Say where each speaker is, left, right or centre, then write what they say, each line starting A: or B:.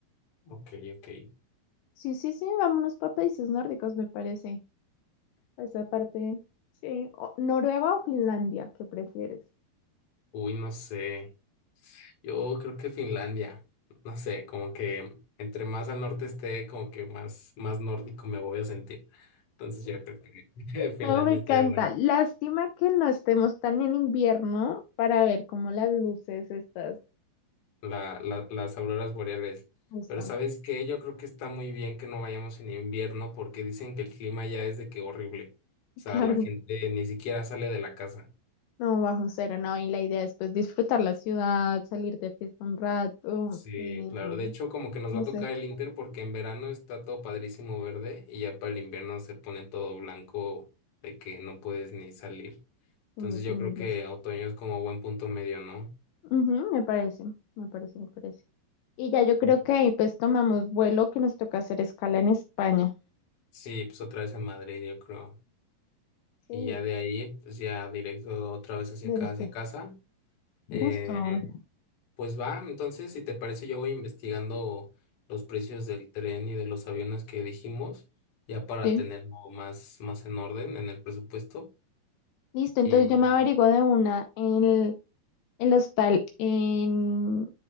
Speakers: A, on the left; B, on the left.
A: Ok, ok.
B: Sí, sí, sí, vámonos para países nórdicos, me parece. Esa parte, sí. O- Noruega o Finlandia, ¿qué prefieres?
A: Uy, no sé. Yo creo que Finlandia, no sé, como que entre más al norte esté, como que más, más nórdico me voy a sentir. Entonces yo creo que <laughs> Finlandia
B: No, me encanta.
A: estaría bueno.
B: Lástima que no estemos tan en invierno para ver cómo las luces estas
A: la- la- las auroras boreales.
B: gustan.
A: Pero ¿sabes
B: <laughs>
A: qué? Yo creo que está muy bien que no vayamos en invierno porque dicen que el clima ya es de que horrible. O sea,
B: Claro,
A: la gente ni siquiera sale de la casa.
B: no, bajo cero, no. Y la idea es pues disfrutar la ciudad, salir de fiesta un rato,
A: Sí,
B: eh,
A: claro. De hecho, como que nos
B: no
A: va a
B: sé,
A: tocar el Inter porque en verano está todo padrísimo verde y ya para el invierno se pone todo blanco de que no puedes ni salir. Entonces
B: eh,
A: yo
B: tenerlas.
A: creo que otoño es como buen punto medio, ¿no?
B: Ujú, me parece, me parece, me parece. Y ya yo creo
A: Mm.
B: que ahí pues tomamos vuelo que nos toca hacer escala en España.
A: Sí, pues otra vez en Madrid, yo creo.
B: Sí,
A: Y ya de ahí, pues ya directo otra vez hacia
B: del
A: acá,
B: este.
A: hacia casa. Eh,
B: Justo.
A: pues va, entonces, si te parece, yo voy investigando los precios del tren y de los aviones que dijimos, ya para
B: Sí.
A: tenerlo más, más en orden en el presupuesto.
B: Listo, entonces
A: Y
B: yo me averiguo de una el El hostal en,